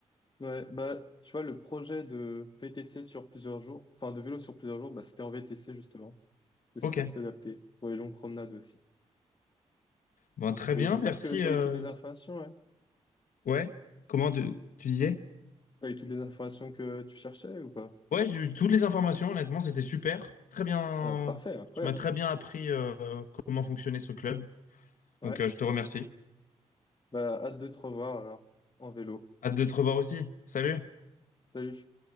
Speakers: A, on the left (about 35°); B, on the left (about 70°).
A: ouais. Bah, tu vois, le projet de VTC sur plusieurs jours, enfin de vélo sur plusieurs jours, bah, c'était en VTC justement, que c'est
B: Ok.
A: assez adapté pour les longues promenades aussi.
B: Bon,
A: Donc,
B: très bien,
A: euh, j'espère
B: merci.
A: que tu
B: euh.
A: as eu toutes les informations, ouais.
B: Ouais. Comment tu, tu disais?
A: Tu as eu toutes les informations que tu cherchais ou pas?
B: Ouais, j'ai eu toutes les informations, honnêtement, c'était super. Très bien.
A: Ah, parfait, incroyable.
B: Tu m'as très bien appris euh, comment fonctionnait ce club.
A: Ouais.
B: Donc, euh, je te remercie.
A: Bah, hâte de te revoir alors, en vélo.
B: Hâte de te revoir aussi. Salut!
A: Salut.